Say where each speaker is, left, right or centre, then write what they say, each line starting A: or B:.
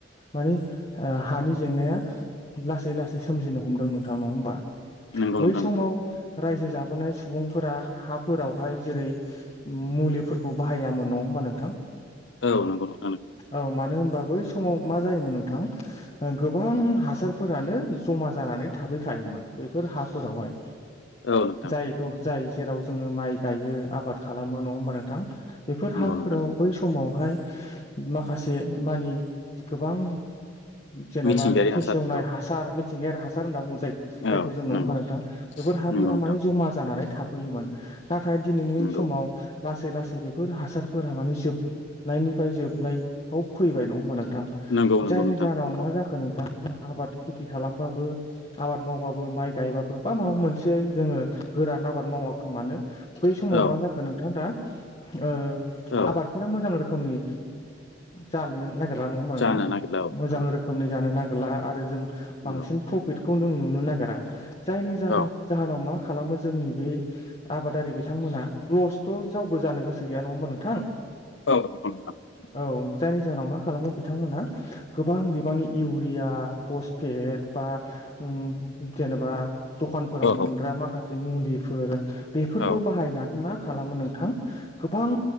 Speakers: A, on the left (about 35°); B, on the left (about 70°).
A: माने ओ हानि जेंनाया लासै - लासै सोमजिनो हमदों नोंथां नङा होमबा?
B: नंगौ
A: बै
B: नोंथां
A: समाव
B: नंगौ
A: रायजो जाबोनाय सुबुंफोरा हाफोरावहाय जेरै मुलिफोरखौ बाहायामोन नङा होमबा नोंथां?
B: औ नंगौ नोंथां।
A: औ मानो होनबा बै समाव मा जायोमोन नोंथां ओ गोबां हा सारफोरानो ज'मा जानानै थाफैखायोमोन बेफोर हाफोरावहाय
B: औ नोंथां
A: जाय <unintelligible> जाय जेराव जोङो माइ गायो आबाद खालामो नङा होमबा नोंथां? बेफोर
B: नंगौ
A: हाफोराव
B: नोंथां नंगौ
A: बै सम समावहाय माखासे मानि गोबां जेनेबा
B: मिथिंगायारि
A: फेसेवनाय
B: हासार औ
A: हा सार मिथिंगायारि हासार होनना बुङो जाय जायखौ
B: औ
A: जोङो नङा
B: नंगौ
A: होनबा नोंथां बेफोर हाफोरा
B: नंगौ नोंथां
A: माने ज' मा जानानै थाफैयोमोन नाथाय दिनैनि
B: नंगौ
A: समाव लासै - लासै बेफोर हासारफोरा माने जोबनायनिफ्राय जोबनायाव फैबाय नङा होमबा नोंथां?
B: नंगौ नंगौ
A: जायनि
B: नोंथां
A: जाहोनाव
B: नंगौ
A: मा जाखो नोंथां जों आबाद खेथि खालामबाबो आबाद मावबाबो माइ गायबा बो माबा मोनसे जोङो गोरान आबाद मावाथों मानो बै समाव
B: औ
A: माजा नोंथां दा ओ
B: औ
A: आबादफोरा मोजां रोखोमनि जालो गोरा नङा होनबा नोंथां
B: जानो नागिरला औ
A: मोजां
B: नंगौ
A: रो खोमनि जानो नागिरला आरो जों बांसिन
B: नंगौ
A: प्रफिटखौ नों नुनो नागिरा। जायनि जाहोन
B: औ
A: जाहोनाव मा खालामो जोंनि बे आबादारि बिथांमोना लसथ' रावबो जानो गोसो गैया नङा होनबा नोंथां?
B: औ नोंगौ नोंथा।
A: औ जायनि जाहोनाव मा खालामो बिथांमोनहा गोबां बिबांनि इउरिया, पसफेट बा ओम जेनेबा दखानफोराव
B: औ
A: मोनग्रा
B: औ
A: माखासे मुलिफोर बेफोरखौ
B: औ
A: बाहायनानै मा खालामो नोंथां गोबां